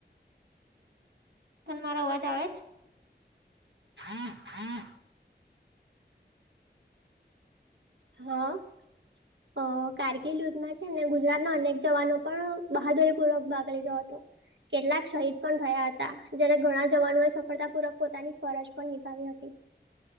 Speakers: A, on the right; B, on the right.
A: ત મારો અવાજ આવે જ.
B: હ હ. હા. અ કારગિલ યુધમાં છે ને ગુજરાતના અનેક જવાનો પણ બહાદુરી પૂર્વક ભાગ લીધો હતો. કેટલાક શહીદ પણ થયા હતા જયારે ઘણા જવાનોએ સફળતા પૂર્વ પોતાની ફરજ પણ નિભાવી હતી.
A: <inaudible>